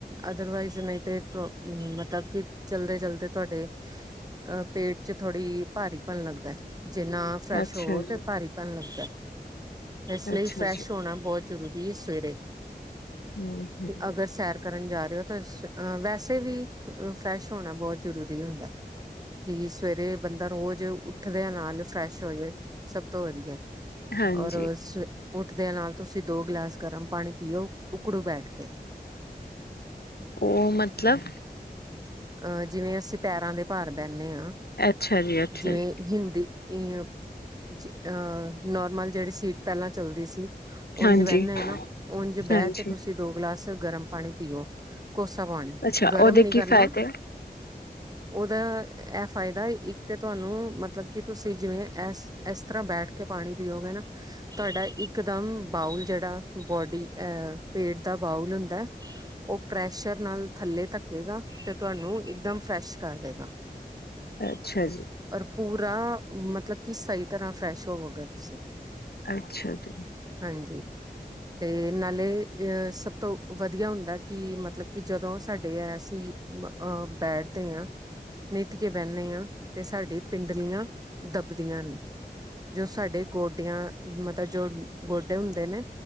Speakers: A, on the right; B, on the left.
A: ਅਦਰਵਾਈਜ਼ ਨਹੀਂ ਤੇ ਤ ਮਤਲਬ ਕਿ ਚਲਦੇ- ਚਲਦੇ ਤੁਹਾਡੇ ਅ ਪੇਟ ਚ ਥੋੜ੍ਹੀ ਭਾਰੀਪਣ ਲੱਗਦਾ। ਜਿੰਨਾ ਫਰੈਸ਼
B: ਅੱਛਾ
A: ਹੋਵੋ
B: ਜੀ,
A: ਤੇ ਭਾਰੀ ਪੈਣ ਲੱਗਦਾ। <unintelligible> ਇਸ
B: ਅੱਛਾ
A: ਲਈ ਫਰੈਸ਼ ਹੋਣਾ ਬਹੁਤ ਜ਼ਰੂਰੀ ਸਵੇਰੇ
B: ਓਏ ਹੋਏ
A: ਅਗਰ ਸੈਰ ਕਰਨ ਜਾ ਰਹੇ ਹੋ ਤਾਂ ਅ ਵੈਸੇ ਵੀ ਫਰੈਸ਼ ਹੋਣਾ ਬਹੁਤ ਜ਼ਰੂਰੀ ਹੁੰਦਾ। ਤੁਸੀਂ ਸਵੇਰੇ ਬੰਦਾ ਰੋਜ਼ ਉੱਠਦਿਆਂ ਨਾਲ ਫਰੈਸ਼ ਹੋ ਜਾਏ ਸਭ ਤੋਂ ਵਧੀਆ।
B: ਹਾਂਜੀ।
A: ਔਰ ਸਵੇ ਉੱਠਦਿਆਂ ਨਾਲ ਤੁਸੀਂ ਦੋ ਗਿਲਾਸ ਗਰਮ ਪਾਣੀ ਪੀਓ ਉੱਕੜੂ ਬੈਠ ਕੇ।
B: ਉਹ ਮਤਲਬ
A: ਅਹ ਜਿਵੇਂ ਅਸੀਂ ਪੈਰਾਂ ਦੇ ਭਾਰ ਬਹਿੰਨੇ ਹਾਂ।
B: ਅੱਛਾ ਜੀ, ਅੱਛਾ
A: ਜਿਵੇਂ
B: ਜੀ,
A: ਹਿੰਦੀ ਜ ਅਹ ਨੋਰਮਲ ਜਿਹੜੇ ਸੀਟ ਪਹਿਲਾਂ ਚੱਲਦੀ ਸੀ
B: ਹਾਂਜੀ,
A: ਉਂਝ ਬਹਿੰਦੇ ਹ ਨਾ ਉਂਝ ਬਹਿ
B: ਹਾਂਜੀ।
A: ਕੇ ਤੁਸੀਂ ਦੋ ਗਲਾਸ ਗਰਮ ਪਾਣੀ ਪੀਓ ਕੋਸਾ ਪਾਣੀ
B: ਅੱਛਾ
A: ਗਰਮ
B: ਉਹਦੇ
A: ਨੀ
B: ਕੀ
A: ਕਰਨਾ।
B: ਫਾਇਦੇ
A: ਉਹਦਾ ਇਹ ਫਾਇਦਾ ਇੱਕ ਤੇ ਤੁਹਾਨੂੰ ਮਤਲਬ ਕਿ ਤੁਸੀਂ ਜਿਵੇਂ ਇਸ ਇਸ ਤਰ੍ਹਾਂ ਬੈਠ ਕੇ ਪਾਣੀ ਪੀਓਗੇ ਨਾ। ਤੁਹਾਡਾ ਇਕ ਦਮ ਬਾਊਲ ਜਿਹੜਾ ਬੌਡੀ ਅਹ ਪੇਟ ਦਾ ਬਾਊਲ ਹੁੰਦਾ ਉਹ ਪ੍ਰੈਸ਼ਰ ਨਾਲ ਥੱਲੇ ਧੱਕੇਗਾ ਤੇ ਤੁਹਾਨੂੰ ਇਕਦਮ ਫਰੈਸ਼ ਕਰ ਦੇਗਾ।
B: ਅੱਛਾ ਜੀ।
A: ਔਰ ਪੂਰਾ ਮਤਲਬ ਕਿ ਸਹੀ ਤਰ੍ਹਾਂ ਫਰੈਸ਼ ਹੋਵੋਗੇ ਤੁਸੀਂ,
B: ਅੱਛਾ ਜੀ,
A: ਹਾਂਜੀ। ਤੇ ਨਾਲੇ ਇਹ ਸਭ ਤੋਂ ਵਧੀਆ ਹੁੰਦਾ ਕਿ ਮਤਲਬ ਕਿ ਜਦੋਂ ਸਾਡੇ ਅਸੀਂ ਅਹ ਬੈਠਦੇ ਹਾਂ ਨਿੱਠ ਕੇ ਬਹਿੰਨੇ ਹਾਂ ਤੇ ਸਾਡੀ ਪਿੰਡਲੀਆਂ ਦੱਬਦੀਆਂ ਨੇ ਜੋ ਸਾਡੇ ਗੋਡਿਆਂ ਮਤਲਬ ਜੋ ਗੋਡੇ ਹੁੰਦੇ ਨੇ